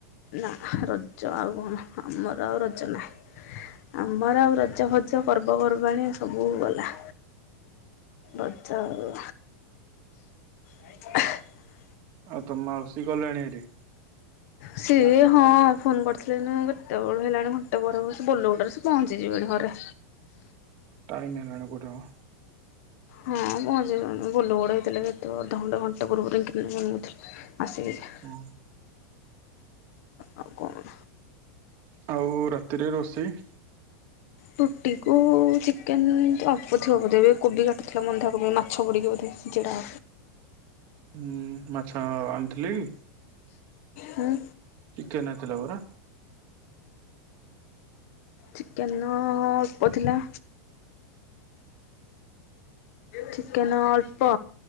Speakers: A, on the left (about 65°); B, on the right (about 50°).
A: ନା ରଜ ଆଉ କଣ ଆମର ଆଉ ରଜ ନାହିଁ। ଆମର ଆଉ ରଜ ଫଜ ପର୍ବପର୍ବାଣୀ ସବୁ ଗଲା। ରଜ <inaudible> <unintelligible>
B: ଆଉ ତମ ମାଉସୀ ଗଲେଣି ହେରି।
A: ସିଏ ହଁ ଫୋନ କରିଥିଲେ କେତେବେଳୁ ହେଲାଣି ଘଣ୍ଟେ ପରେ ବୋଲ ଗୋଡରେ ପହଞ୍ଚିଯିବେଣି ଘରେ।
B: ଟାଇମ୍ ହେଲାଣି କୋଉଠି ମ।
A: ହଁ ପହଞ୍ଚି ଯିବେନି ବୋଲ ଗୋଡ ହେଇଥିଲେ ସେତିକି ଅଧଘଣ୍ଟେ ଘଣ୍ଟେ ପୂର୍ବରୁ। ମନ ନଥିଲା ଆସିକି ଯା
B: ହୁଁ।
A: ଆଉ କଣ
B: ଆଉ ରାତିରେ ରୋଷେଇ।
A: ରୁଟି କୁ ଚିକେନ ଅଳ୍ପ ଥିବ ବୋଧେ ଏବେ କୋବି କାଟୁଥିଲା ବନ୍ଧାକୋବି ମାଛ ପଡିକି ବୋଧେ। ଯେଟା
B: ହୁଁ ମାଛ ଆଣିଥିଲେ କି?
A: ହୁଁ।
B: ଚିକେନ ଆଇଥିଲା ପରା।
A: ଚିକେନ ଅଳ୍ପ ଥିଲା। ଚିକେନ ଅଳ୍ପ